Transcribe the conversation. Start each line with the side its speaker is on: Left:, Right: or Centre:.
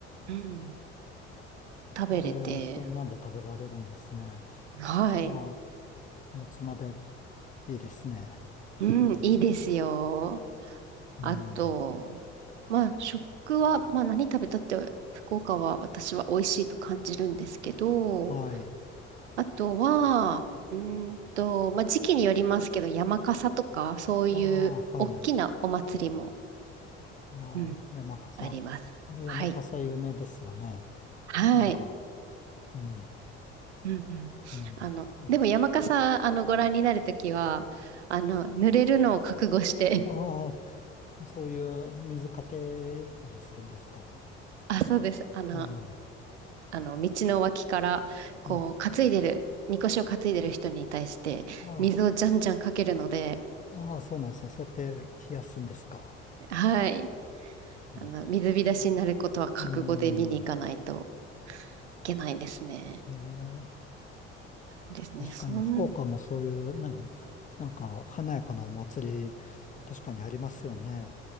Right: うん、食べれて、
Left: ええ、そんなんで食べられるんですね。
Right: はい。
Left: ああ、もつ鍋、いいですね。
Right: うん、いいですよ。
Left: うん、
Right: あと、まあ、食は、まあ、何食べたって、福岡は私は美味しいと感じるんですけど、
Left: はい。
Right: あとは、うーんと、まあ、時期によりますけど、山笠とか、そういう大きなお祭りも
Left: ああ、はい。ああ、
Right: うん。
Left: 山笠。
Right: あります。
Left: あれ、山笠有名ですよね。
Right: はい。はい。
Left: なんか、うん、
Right: うんうん。
Left: うん。
Right: あの、
Left: あれ
Right: でも山笠、あの、ご覧になるときは、あの、濡れるのを覚悟して、
Left: ああ、そういう水かけたりするんですか。
Right: <laughs> あ、そうです。あの、
Left: うん。
Right: あの、道の脇から、こう、
Left: うん。
Right: 担いでる、みこしを担いでる人に対して、
Left: あ
Right: 水をじゃんじゃんかけるので、
Left: あ、ああ、そうなんですね。そうやって冷やすんですか。
Right: はい。
Left: うん。
Right: あの、水浸しになることは覚悟で見に行かないと
Left: うん
Right: いけないですね。
Left: ええ、
Right: ですね。
Left: 確かに福岡もそういう、
Right: そん、
Left: なんか、なんか華やかなお祭り、確かにありますよね。